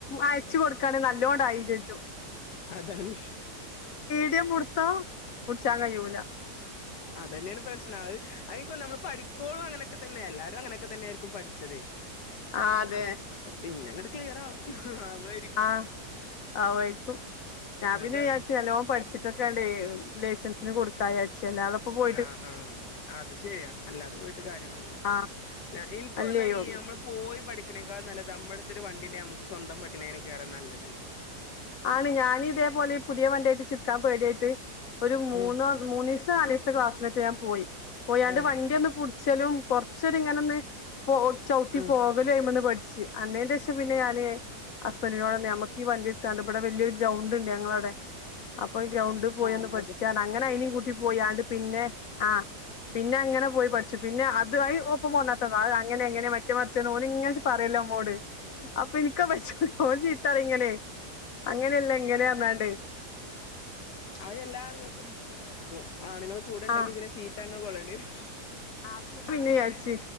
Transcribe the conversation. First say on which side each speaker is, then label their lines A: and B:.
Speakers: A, on the left; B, on the left.
A: അയച്ചു കൊട്ക്കാണെങ്കി നല്ലോം അയീം ചെച്ചും
B: അതാണ്
A: ഇ മുടുത്ത മുടിച്ചാ കയൂല
B: അതന്ന്യാണ് പ്രശ്നം ത് അത് ഇനിക്ക് തൊന്ന്ണ് നമ്മള് പഠിക്കോളും അങ്ങനൊക്കെ തന്നെ യാ എല്ലാവരും അങ്ങനെക്കെ തന്നെയായിരിക്കും പഠിച്ചത്
A: ആഹ് അതെ
B: ആഹ് പിന്നങ്ങട്ട് ക്ലിയറാവും ആവുവായി
A: ആഹ് ആവായിര്ക്കും ഞാം പിന്നെ
B: അതാണ്
A: വിചാരിച്ചു നല്ലോം പഠി ച്ച് ട്ടൊക്കേണ്ടേയ് ലൈസൻസിന് കൊട് ക്കാ വിചാരിച്ചു അല്ലാതെ പ്പൊ പോ
B: ആഹ് ആഹ് അത് ശെരിയാ അല്ലാതെ പോയിട്ട് കാര്യൊന്നുല്ല.
A: ആ
B: ഇൻക്ക്
A: അല്ലയോ
B: തോന്നാ ഈ ഞമ്മള് പ് പോയി പഠിക്ക്ണേക്കാൾ നല്ലത് അ മ്മട്ത്തൊര് വണ്ടിണ്ടെങ്കി അമ്മക്ക് സ്വന്തം പക്കിണേകാരം നല്ലത്.
A: ആണ് ഞാനിതേപോലെ പുത്യേ വണ്ട്യായ്ട്ട് ച്ച്ട്ക്കാം പേട്യായ്ട്ട് ഒരു മൂന്നോ
B: ഉം
A: മൂന്നീസോ നാലീസോ ത്തെ ക്ലാസ്സിനേറ്റെ ഞാം പോയി പോയാണ്ട്
B: ആഹ്
A: വണ്ടി ഒന്ന് പുടിച്ചലും കൊർച്ചൊര് ഇങ്ങനൊന്ന് പോ ചൗട്ടി
B: ആ
A: പോകലും ഐമന്ന് പഠിച്ച് ആയിനെന്റെശം പിന്നെ ഞാന് ഹസ്ബന്റിനോടെന്നെ നമ്മക്കീ വണ്ടി ത്താണ്ട് ഇവടെ വല്ല്യോര് ഗ്രൗണ്ട്ണ്ട് ഞങ്ങളവ്ടെ അപ്പ ഈ ഗ്രൗണ്ട് പോയി ഒന്ന്
B: അവിടെയൊക്കെ
A: പഠിച്ചാ
B: പോയാ
A: പർഞ്ഞ് അങ്ങനെ
B: മതിയല്ലോ
A: ഐനീം കൂട്ടി പോയ് ആണ്ട് പിന്നെ ആഹ് പിന്നെ അങ്ങനെ പോയി പഠിച്ചു പിന്നെ അത് ഒപ്പം പോന്നാ എത്താനോ അത് അങ്ങനെ ഇങ്ങനെ മറ്റേ മറിചേന്ന് ഓല് ങ്ങനെ പറേലോ മ്മോട് അപ്പ ഇൻക്ക പറ്റൂല ഓല് ചീത്തറി ങ്ങനെ അങ്ങനല്ല ങ്ങനെർഞ്ഞാണ്ട്
B: അതെല്ലാ ആണ്ങ്ങക്കും ള്ളതായിര്ന്നു ആണ്ങ്ങള് കൂടെ ണ്ടെങ്കി
A: ആ
B: പിന്നെ ചീത്ത ങ്ങനെ കൊള്ളണ്ട്യേരും
A: അപ്പ ഞാം പിന്നെ വിചാരിച്ച്